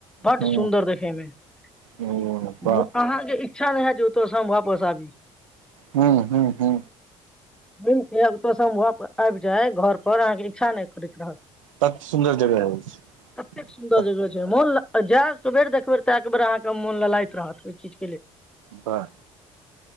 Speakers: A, in the centre; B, on the right.
A: बड
B: हँ
A: सुन्दर देखैमे। हेलो,
B: ओ वाह
A: अहाँके इच्छा नहि है, ओत से हम, वापस आबी।
B: हू, हू, हू।
A: घुमके, ओतसे हम वापस आबि जाय घर पर, अहाँके इच्छा नहि करैत रहत।
B: तत सुन्दर जगह अछि
A: ततेक सुन्दर
B: तत
A: जग छै, मौल लग जैब त देख-देख र त एक बेरह के मोन लगाग छै <unintelligible> राहत के चिज।
B: बाह!